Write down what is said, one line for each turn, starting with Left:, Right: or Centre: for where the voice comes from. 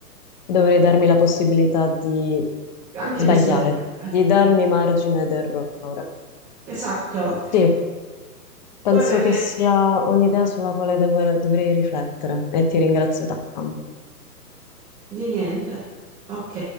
Left: Dovrei darmi la possibilità di
Centre: anche
Left: sbagliare,
Centre: di Mm. sbagliare.
Left: di darmi
Centre: Esatto.
Left: margine d'errore.
Centre: Esatto.
Left: Sì, penso
Centre: Guarda che
Left: che sia un'idea sulla quale devo- dovrei riflettere e ti ringrazio tanto.
Centre: di niente. Ok.